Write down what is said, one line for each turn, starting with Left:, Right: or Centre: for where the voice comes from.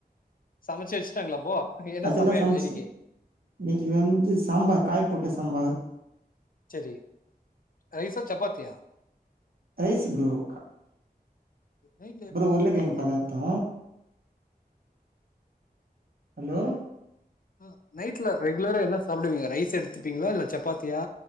Left: சமச்சு வச்சுட்டாங்களா அப்போ என்ன
Right: அதெல்லா
Left: சமையல்
Right: சமச்சு
Left: இன்னைக்கு
Right: இன்னைக்கி வந்து சாம்பார் காய் போட்ட சாம்பார்
Left: செரி ரைசா சப்பாத்தியா
Right: ரைஸூ ப்ரோ கா
Left: நைட்ல எப் எப்பமே
Right: உருளைக்கிழங்கு
Left: என்ன
Right: பதார்த்தோ
Left: பண்ணுவீங்க
Right: ஹலோ
Left: ஆ நைட்ல ரெகுலரா என்ன சாப்பிடுவீங்க ரைஸ் எடுத்துப்பீங்களா இல்ல சப்பாத்தியா